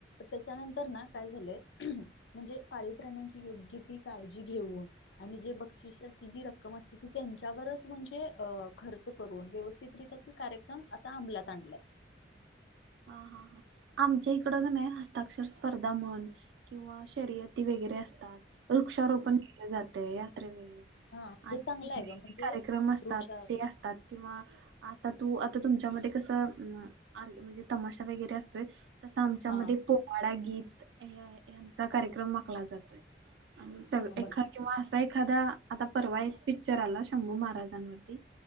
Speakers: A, on the left; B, on the right.
A: त्याच्यानंतर ना काय झालंय. म्हणजे पाळीव प्राण्यांची योग्य ती काळजी घेऊन, आणि जे बक्षिस जी रक्कम असते त त्यांच्यावरच म्हणजे खर्च करून व्यवस्थितरित्या त कार्यक्रम आता अंमलात आणलाय.
B: हा! हा! हा! आमच्या इकड नाही हस्ताक्षर स्पर्धा म्हण किंवा शर्यती वगैरे असतात. वृक्षारोपण केलं जात ते यात्रे ने
A: हा
B: आणि
A: हे चांगलं
B: वेगवेगळे
A: आहे ग म्हणजे
B: <inaudible> कार्यक्रम असतात
A: वृक्षा
B: ते असतात किंवा आता तू आता तुमच्यामध्ये कसं म्हणजे तमाशा वगैरे असतोय तसं आमच्यामध्येध्ये
A: हा
B: पोवाडा गीत हचा कार्यक्रम माखला जातोय आणि सग
A: हा
B: एखाद
A: मग
B: किंवा असं एक एखादा आता परवा एक पिक्चर आला शंभू महाराजांवरती